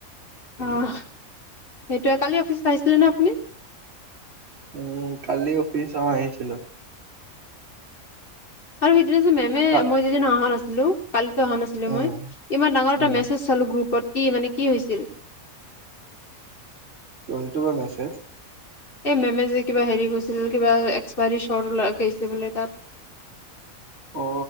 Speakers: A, on the left; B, on the right.
A: অ সেইটোৱে, কালি অফিচত আহিছিলে ন আপুনি?
B: উম কালি অফিচ অ আহিছিলো।
A: আৰু সেইদিনা যে মেমে,
B: কা
A: মই যিদিনা অহা নাছিলো কালিটো অহা নাছিলো
B: উম
A: মই। ইমান ডাঙৰ এটা
B: উম
A: মেছেজ চালো গ্ৰুপত, কি মানে? কি হৈছিল?
B: কোনটো বা মেছেজ?
A: এই মেমে যে কিবা হেৰি গৈছিল, কিবা এক্সপায়ৰী শ্বট গৈছিল বোলে তাত।
B: অ